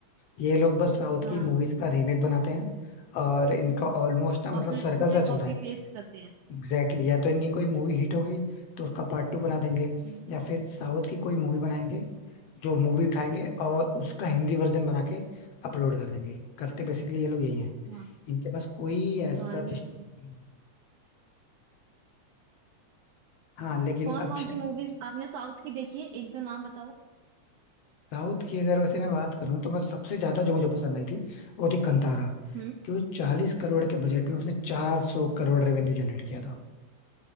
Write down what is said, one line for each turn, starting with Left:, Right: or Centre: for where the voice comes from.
Left: ये लोग बस साउथ
Right: हाँ
Left: की मूवीज का रीमेक बनाते हैं और इनका ऑलमोस्ट ना मतलब
Right: और फिर
Left: सर्कल
Right: उसे
Left: सा चल
Right: कॉपी
Left: रहा है
Right: पेस्ट करते हैं
Left: Exactly exactly. या तो इनकी कोई मूवी हिट हो गई तो उसका पार्ट टू बना देंगे
Right: हम्म,
Left: या फिर साउथ की कोई मूवी बनाएंगे जो मूवी उठाएंगे और उसका हिंदी वर्जन बना के अपलोड कर देंगे करते बेसिकली ये लोग यही है
Right: हाँ
Left: इनके पास कोई ऐसा
Right: हाँ ये
Left: स्टोरी
Right: तो है
Left: नहीं हाँ लेकिन
Right: कौन
Left: अक्षय
Right: कौन सी मूवीज आपने साउथ की देखी है एक दो नाम बताओ
Left: साउथ की अगर वैसे मैं बात करूँ तो मैं सबसे ज्यादा जो मुझे पसंद आई थी वो थी कंतारा
Right: हम्म
Left: क्योंकि चालीस करोड़ के बजट में उसने चार सौ करोड़ रेवेन्यू जनरेट किया था